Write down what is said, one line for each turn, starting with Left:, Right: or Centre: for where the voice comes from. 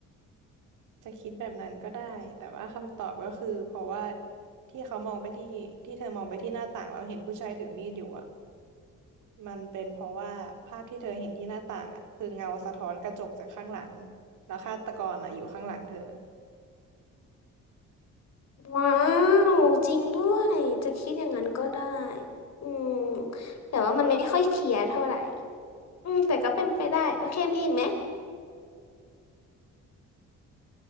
Right: จะคิดแบบนั้นก็ได้ แต่ว่าคำตอบก็คือเพราะว่าที่เขามองไปที่ที่เธอมองไปที่หน้าต่างแล้วเห็นผู้ชายถือมีดอยู่อ่ะ มันเป็นเพราะว่าภาพที่เธอเห็นที่หน้าต่างอ่ะคือเงาสะท้อนกระจกจากข้างหลังแล้วฆาตกรอ่ะอยู่ข้างหลังเธอ
Left: ว้าวจริงด้วยจะคิดอย่างนั้นก็ได้อืมแต่ว่ามันไม่ค่อยเคลียร์เท่าไหร่อืมแต่ก็เป็นไปได้โอเคมีอีกไหม